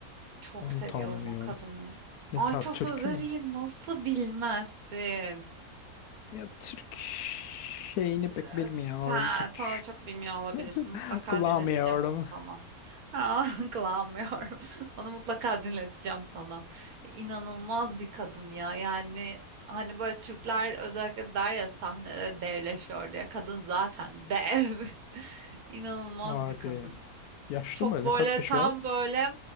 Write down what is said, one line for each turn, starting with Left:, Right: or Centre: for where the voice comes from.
Right: Çok
Left: Onu
Right: seviyorum
Left: tanımıyorum.
Right: o kadını.
Left: Ne
Right: Ayta
Left: tarz türkü
Right: Sözeri'yi
Left: mü?
Right: nasıl bilmezsin?
Left: Ya Türk şeyini pek
Right: Ee,
Left: bilmiyorum.
Right: sen,
Left: Türk
Right: sonra çok bilmiyor olabilirsin.
Left: <laughs>
Right: Mutlaka
Left: kullanmıyorum.
Right: dinleteceğim onu sana. Aa, <laughs> Kıvamıyorum. <laughs> Onu mutlaka dinleteceğim sana. İnanılmaz bir kadın ya. Yani hani böyle Türkler özellikle der ya sahnede devleşiyor diye. Kadın zaten dev. <laughs> İnanılmaz
Left: Hadi.
Right: bir kadın.
Left: Yaşlı
Right: Çok
Left: mı?
Right: böyle
Left: Ne kaç yaşı
Right: tam
Left: var?
Right: böyle